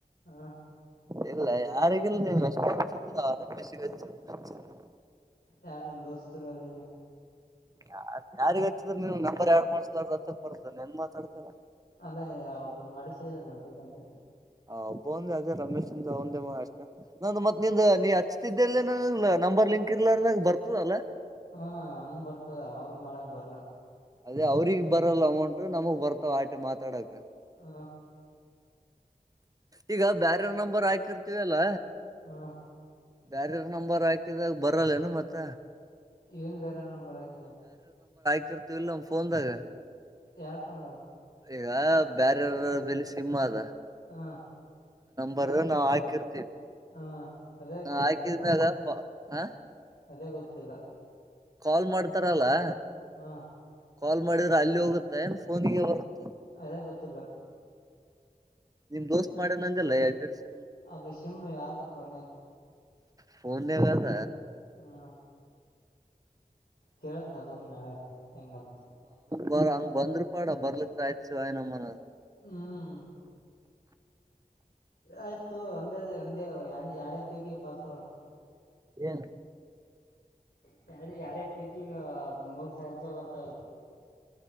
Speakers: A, on the left; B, on the right.
A: ಆ
B: ಇಲ್ಲ ಯಾರಿಗಿಲ್ಲ ನೀನ್ ಅಷ್ಟ <unintelligible>
A: ಯಾರನ್ ದೋಸ್ತರು ಅವ್ರಿಗಾ.
B: ಯಾ ಯಾರಿಗ ಹಚ್ಚಿದ್ರ ನೀನ್ ನಂಬರ್ ಯರಡ್ ಮಾಡಸ್ಲ ಗೊತ್ತಕ್ ಬರ್ದು ನನ್ ಮಾತಾಡ್ತಲ್ಲ
A: ಅಲ್ಲೇ ಒಬ್ಬಂದು ಮಾಡಿಸಿಲ್ಲ ಅದಕ್ಕಂತೆ
B: ಆ ಒಬ್ಬ ಒಂದ ಅದೇ ರಮೇಶ್ ಅಂದ ಒಂದೇ ಅಷ್ಟೇ ನಂದು ಮತ್ ನಿಂದ ನೀ ಹಚ್ತಿದ್ದಲ್ಲ ನ ನಂಬರ್ ಲಿಂಕ್ ಇರ್ಲಾರದಾಗ ಬರ್ತದಲ್ಲಾ.
A: ಹಾ ಹಂಗ ಬರ್ತದ ಅವ್ರ ಮಾಡಕ್ ಬರ್ಲಾ.
B: ಅದೇ ಅವ್ರಿಗೆ ಬರಲ್ಲಾ ಅಮೌಂಟ್ ನಮಗ್ ಬರ್ತಾವ ಆಟೆ ಮಾತಾಡಕ್.
A: ಆ
B: ಈಗ ಬ್ಯಾರರ್ ನಂಬರ್ ಹಾಕಿರ್ತೀವ ಅಲ್ಲ.
A: ಆ
B: ಬ್ಯಾರರ್ ನಂಬರ್ ಹಾಕಿದಾಗ ಬರಲ್ಲೇನು ಮತ್ತ
A: ಏನ್ ಬೇರೆ ನಂಬರ್ ಆಕ್ದರಿ
B: ಕೀರ್ತಿವ್ ಅಲ್ಲಾ ನಮ್ ಫೋನದಾಗ.
A: ಯಾರ ಫೋನ್
B: ಈಗ ಬ್ಯಾರವ್ರ ಬೆಲಿ ಸಿಮ್ ಅದ.
A: ಆ
B: ಬರ್ರ ನಾವ ಆಕಿರ.
A: ಹಾ ಅದೇ ಗೇತ್ತಿಲ್ಲಾ.
B: ಹಾಕಿದ್ಮ್ಯಾಗ ಆ.
A: ಅದೇ ಗೊತ್ತಿಲ್ಲಾ
B: ಕಾಲ್ ಮಾಡ್ತಾರಲ್ಲಾ.
A: ಹಾ
B: ಕಾಲ್ ಮಾಡಿದ್ರೆ ಅಲ್ಲಿ ಹೋಗುತ್ತೆನ್ ಫೋನ್ ನಿಗೆ ಬರುತ್ತೆ.
A: ಅದೇ ಗೊತ್ತಿಲ್ಲಾ.
B: ನಿಮ್ ದೋಸ್ತ್ ಮಾಡಾನ್ ಅಂದಿಲ್ಲಾ <unintelligible>
A: ಅದ ಸಿಮ್ ಯಾದ ಫೋನ್ ನಾಗ್.
B: ಫೋನ್ ನ್ಯಾಗ್ ಅದ.
A: ಹಾ ಕೇಳತ್ನ ಅದೊಂದು ನಾಳೆ ಹೆಂಗಂತ
B: ಬರ ಹಂಗ ಬಂದ್ರು ಪಾಡ ಬರ್ಲಕ್ಕ ಆಯ್ತ್ ಶಿವಾಯನಮ ಅನ್ನೋದ.
A: ಹ್ಮ್ ಆಯ್ತ ತುಗೊ ಒಂದೇ ಒಂದೇ ಎಡ ಪೀಗಿ ಬರ್ತವಲ್ಲ.
B: ಏನ್
A: ಹ್ಮ ಯಾಡು ಎರಡೆ ಪೀಚಿಂಗ್ ಮೂರ್ ಸಾವಿರ ರೂಪಾಯಿ ಬರ್ತ ತ್ತಲ್